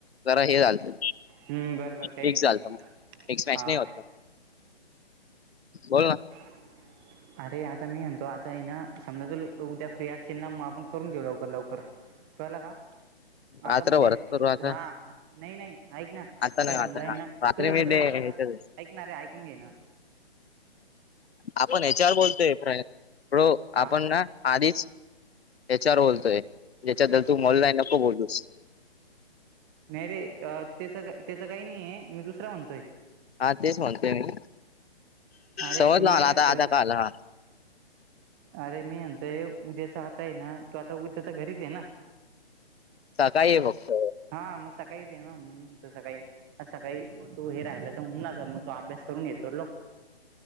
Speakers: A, on the left; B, on the right.
A: जरा हे झालं
B: हम्म बरोबर काही
A: मिक्स
B: नाही काही
A: झालं
B: नाही.
A: मिक्स मॅच
B: हा.
A: नाही होत बोल ना.
B: ह. अरे आता मी म्हणतो आता ना समजा तु उद्या फ्री असतीलल ना मग आपण करून घेऊ लवकर लवकर कळलं का आता
A: रात्रभर
B: म्हणजे
A: करू आता
B: हा नाही नाही. ऐक ना आता
A: नाही
B: समजाई
A: नाही.
B: ना
A: रात्री
B: तुझ
A: मी
B: सगळं
A: डे
B: झालं
A: ह्याच्यात
B: ना
A: आहे.
B: ऐकणारे ऐकून घे ना.
A: आपण हच्यावर बोलतोय प्रय
B: हा
A: आपण ना आधीच त्याच्यावर बोलतोय त्या्याच्या तू बोललाय नको बोलूस
B: नाही रे त्याच का त्याच काही नाही आहे मी दुसरा म्हणतोय.
A: हा तेच म्हणतेोय मी
B: अरे
A: समज
B: मी
A: न आला
B: काय म्हणतोय
A: आता आता काल हा.
B: अरे मी म्हणतोय उद्याचा आताय ना तो आता उद्या तर घरीच आहे ना.
A: काय आहे फक्त
B: हा मग सकाळीच आहे ना म्हणून सकाळी असं काही तू हे राहिला तरन मग तो अभ्यास करून घेतो लोक.